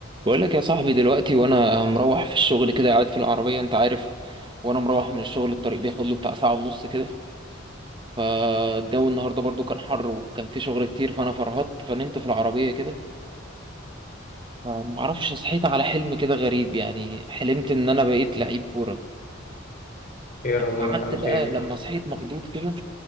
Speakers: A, on the right (about 25°); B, on the left (about 45°).
A: بقول لك يا صاحبي دلوقتي وانا مروح في الشغل كده قاعد في العربية انت عارف وانا مروح من الشغل الطريق بياخد له بتاع ساعة ونص كده فالجو النهاردة برضو كان حر وكان في شغل كتير فانا فرهطت فنمت في العربية كده فمعرفش صحيت على حلم كده غريب يعني حلمت ان انا بقيت لعيب كورة
B: خير الله
A: قعدت
B: لك على
A: بقى
B: خير
A: لما صحيت مخضوض كده